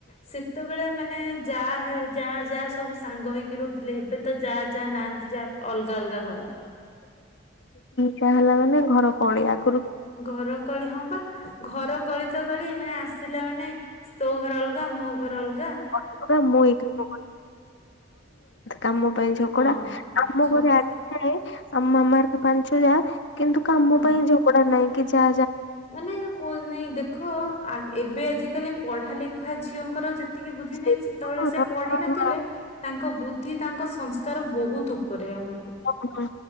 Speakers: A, on the left; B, on the left.
A: ସେତେବେଳେ ମାନେ ଯାହା ହେ ଯାହା ଯାହା ସବୁ ସାଙ୍ଗ ହେଇକି ରହୁଥିଲେ ଏବେ ତ ଯା ଯା ଯା ନାହାନ୍ତି ଯାହା ଅଲଗା ଅଲଗା ଘର।
B: ଛୁଆ ହେଲା ମାନେ ଘର କଳି ଆଗ
A: ଘରକଳି ହଁ ବା ଘର କଳି ତ କଳି ମାନେ ଆସିଲା ମାନେ ତୋ ଘର ଅଲଗା ମୋ ଘର ଅଲ
B: <inaudible> ବନୁ ଏନ୍ତ କାମ ପାଇଁ ଝଗଡା
A: ହଁ
B: ଆମ
A: ଝଗଡା
B: ଘରେ ଆସିଥାଏ ଆମ ମାମାର ପାଞ୍ଚ ଯା। କିନ୍ତୁ କାମ
A: ହଁ
B: ପାଇଁ ଝଗଡା ନାହିଁ। କି ଯା
A: ମାନେ କୋ ନାଇଁ ଦେଖ ଏବେ ଆଜି କାଲି ପଢ଼ା ଲେଖା ଝିଅଙ୍କର ଯେ ଏତିକି ବୁଦ୍ଧି
B: ସେଇ
A: ନାହି ସେତେବେଳେ
B: ହଁ
A: ସେ
B: ହଁ
A: ପଢି
B: ହଁ
A: ନଥିଲେ
B: ହଁ
A: ତାଙ୍କ ବୁଦ୍ଧି ତାଙ୍କ ସଂ ତାର ବହୁତ ଉପରେ ଆମଠୁ
B: ଓ